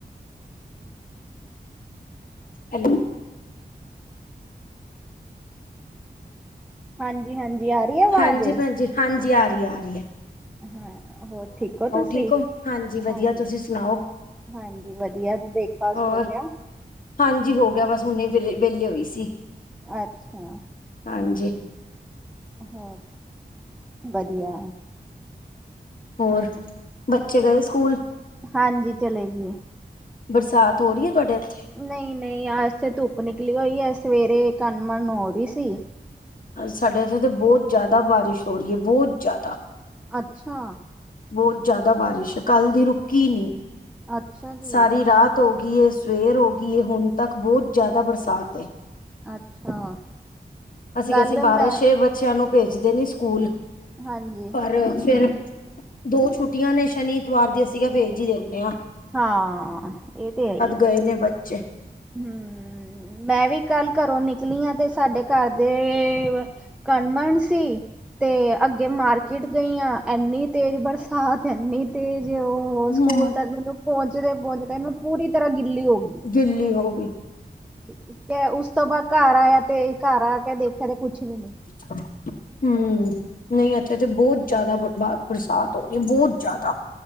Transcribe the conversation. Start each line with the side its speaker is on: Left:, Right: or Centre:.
Left: ਹੈਲੋ
Centre: ਹਾਂਜੀ -ਹਾਂਜੀ, ਆ ਰਹੀ ਹੈ ਆਵਾਜ਼?
Left: ਹਾਂਜੀ ਭੈਣ ਜੀ, ਹਾਂਜੀ ਆ ਰਹੀ ਆ ਰਹੀ ਐ।
Centre: ਹਾਂ, ਹੋਰ ਠੀਕ ਹੋ ਤੁਸੀਂ,
Left: ਠੀਕ
Centre: ਹਾਂਜੀ।
Left: ਵਧੀਆ ਤੁਸੀਂ ਸੁਣਾਓ
Centre: ਹਾਂਜੀ ਵਧੀਆ, ਬ੍ਰੇਕਫਾਸਟ
Left: ਹੋਰ
Centre: ਹੋ ਗਿਆ।
Left: ਹਾਂਜੀ ਹੋ ਗਿਆ, ਬਸ ਹੁਣੇ ਵਿ ਵਿਹਲੇ ਹੋਈ ਸੀ।
Centre: ਅੱਛਾ
Left: ਹਾਂਜੀ।
Centre: ਹੋਰ ਵਧੀਆ
Left: ਹੋਰ ਬੱਚੇ ਗਏ ਸਕੂਲ
Centre: ਹਾਂਜੀ ਚਲੇ ਗਏ
Left: ਬਰਸਾਤ ਹੋ ਰਹੀ ਹੈ ਤੁਹਾਡੇ ਇੱਥੇ
Centre: ਨਹੀਂ -ਨਹੀਂ ਅੱਜ ਤੇ ਧੁੱਪ ਨਿਕਲੀ ਹੋਈ ਹੈ ਸਵੇਰੇ ਕੰਨ ਮਨ ਹੋ ਰਹੀ ਸੀ
Left: ਸਾਡੇ ਇੱਥੇ ਤਾਂ ਬਹੁਤ ਜ਼ਿਆਦਾ ਬਾਰਿਸ਼ ਹੋ ਰਹੀ ਹੈ ਬਹੁਤ ਜ਼ਿਆਦਾ।
Centre: ਅੱਛਾ।
Left: ਬਹੁਤ ਜ਼ਿਆਦਾ ਬਾਰਿਸ਼ ਹੈ ਕੱਲ੍ਹ ਦੀ ਰੁਕੀ ਨਹੀਂ
Centre: ਅੱਛਾ ਜੀ
Left: ਸਾਰੀ ਰਾਤ ਹੋ ਗਈ ਸਵੇਰ ਹੋ ਗਈ ਹੁਣ ਤੱਕ ਬਹੁਤ ਜ਼ਿਆਦਾ ਬਰਸਾਤ।
Centre: ਅੱਛਾ
Left: ਅਸੀਂ
Centre: ਕੱਲ
Left: ਕਿਹਾ ਸੀ ਬਾਰਸ਼
Centre: ਮੈਂ
Left: ਏ ਬੱਚਿਆਂ ਨੂੰ ਭੇਜਦੇ ਨੀ ਸਕੂਲ
Centre: ਹਾਂਜੀ
Left: ਪਰ ਫੇਿਰ ਦੋ ਛੁੱਟੀਆਂ ਨੇ ਸ਼ਨੀਤਵਾਰ ਦੀ ਅਸੀਂਗਾ ਭੇਜ ਹੀ ਦਿੰਦੇ ਹਾਂ।
Centre: ਹਾਂ ਇਹ ਤੇ ਹੈ ਹੀ ਆ
Left: ਗਏ ਨੇ ਬੱਚੇ।
Centre: ਹਮ। ਮੈਂ ਵੀ ਕੱਲ ਘਰੋਂ ਨਿਕਲੀ ਆਾਂ ਤੇ ਸਾਡੇ ਘਰ ਦੇ ਕਣਮਣ ਸੀ। ਤੇ ਅੱਗੇ ਮਾਰਕੀਟ ਗਈ ਆ ਇੰਨੀ ਤੇਜ਼ ਬਰਸਾਤ ਐਨੀ ਤੇਜ ਉਹ ਉਹ
Left: ਹੂੰ।
Centre: ਸਕੂਲ ਤੱਕ ਮੈਨੂੰ ਪਹੁੰਚਦੇ ਪਹੁੰਚਦੇ ਮਨੂੰ ਪੂਰੀ ਤਰ੍ਹਾਂ ਗਿੱਲੀ ਹੋ ਗਈ
Left: ਗਿਲੀ ਹੋ ਗਈ
Centre: ਠੀਕ ਹੈ ਉਸ ਤੋਂ ਬਾਅਦ ਘਰ ਆਇਆ ਤੇ ਘਰ ਆ ਕੇ ਦੇਖਿਆ ਤੇ ਕੁਛ ਵੀ ਨੀ
Left: <inaudible> ਹਮ ਨਹੀਂ ਅੱਛਾ ਤੇ ਬਹੁਤ ਜ਼ਿਆਦਾ ਬ ਬਰਸਾਤ ਹੋ ਰਹੀ ਹੈ ਬਹੁਤ ਜ਼ਿਆਦਾ